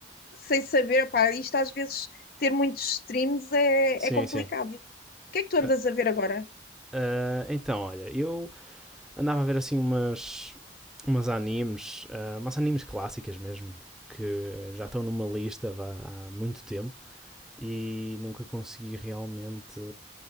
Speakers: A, on the left; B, in the centre.
A: sem saber. Opá, isto às vezes ter muitos streams é,
B: Sim,
A: é complicado.
B: sim.
A: O que é que tu andas
B: Ah,
A: a ver agora?
B: ah, então, olha, eu andava a ver assim umas, umas animes, ah, umas animes clássicas mesmo, que já estão numa lista vá, há muito tempo e nunca consegui realmente